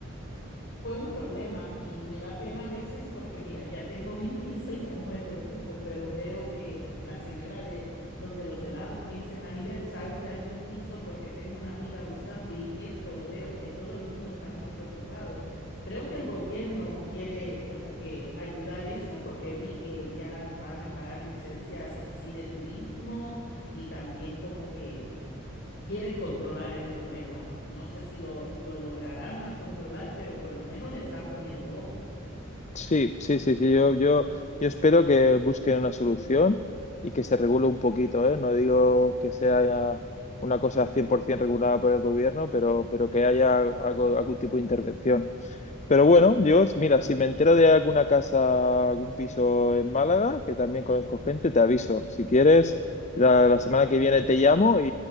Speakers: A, on the left; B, on the left.
A: fue un problema y me da pena a veces porque, mira, ya tengo mi <laughs> piso y ya no me preocupo, pero veo que la señora de donde los helados me dice, Maribel, ¿sabes de algún piso? Porque tengo una amiga buscando y esto lo veo, que todo el mundo está muy preocupado. Creo que el gobierno quiere como que ayudar esto porque vi que ya van a parar licencias así de turismo y también como que quieren controlar el problema. No sé si lo, lo lograrán a controlar, pero por lo menos le están poniendo ojo.
B: Sí, sí, sí, sí. Yo, yo, yo espero que busquen una solución y que se regule un poquito, ¿eh? No digo que sea una cosa 100% regulada por el gobierno, pero, pero que haya algo, algún tipo de intervención. Pero bueno, yo,
A: Sí,
B: mira, si me entero de alguna casa, algún piso en Málaga, que también conozco gente, te aviso. Si quieres, la, la
A: vale.
B: semana que viene te llamo y,